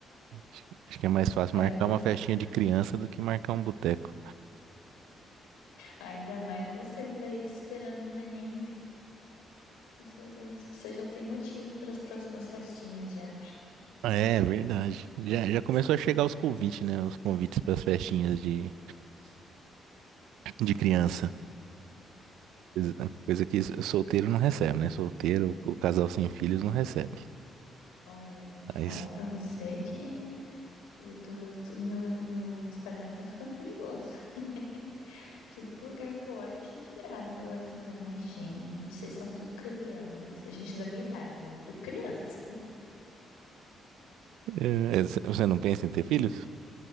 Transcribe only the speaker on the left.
É,
ainda mais você que tá aí esperando um nenenzinho. Você você já tem motivos para as próximas festinhas já.
Olha, vou
falar pra você que já tô, tô- meu, meu Instagram tá ficando perigoso. <laughs> Tudo lugar que eu olho, a gente grávida. Eu olho assim, e falo, mas gente, vocês são tudo criança. Gente da minha idade, mas eu tô criança.